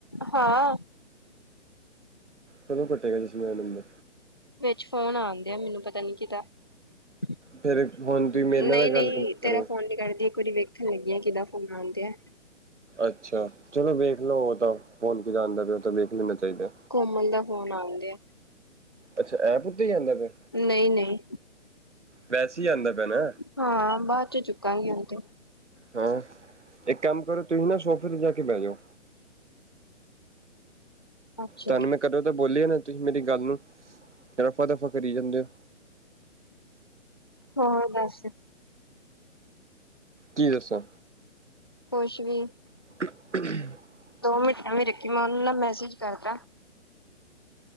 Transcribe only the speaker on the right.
ਕਦੋਂ ਘਟੇਗਾ ਚਸ਼ਮੇ ਦਾ ਨੰਬਰ?
ਫੇਰ ਹੁਣ ਤੁਸੀਂ ਮੇਰੇ ਨਾਲ ਗੱਲ
ਕਰੋ
ਅੱਛਾ, ਚਲੋ ਵੇਖ ਲੋ ਉਹ ਤਾਂ ਫੋਨ ਕਿਹਦਾ ਆਂਦਾ ਪਿਆ ਉਹ ਤਾਂ ਦੇੇਖ ਲੈਣਾ ਚਾਹੀਦਾ।
ਅੱਛਾ ਐਪ ਉਤੇ ਹੀ ਆਂਦਾ ਪਿਆ।
ਵੈਸੇ ਈ ਆਂਦਾ ਪਿਆ ਨਾ।
ਹਾਂ, ਏਕ ਕੰਮ ਕਰੋ ਤੁਸੀਂ ਨਾ ਸੋਫੇ ਤੇ ਜਾ ਕੇ ਬੈ ਜਾਓ।
ਤਾਂਨੂੰ ਮੈਂ ਕਦੋਂ ਤਾਂ ਬੋਲਿਆ ਨਾ ਤੁਸੀਂ ਮੇਰੀ ਗੱਲ ਨੂੰ, ਰਫਾ-ਦਫ਼ਾ ਕਰੀ ਜਾਂਦੇ ਓ।
ਕੀ ਦੱਸਾਂ?
<unintelligible>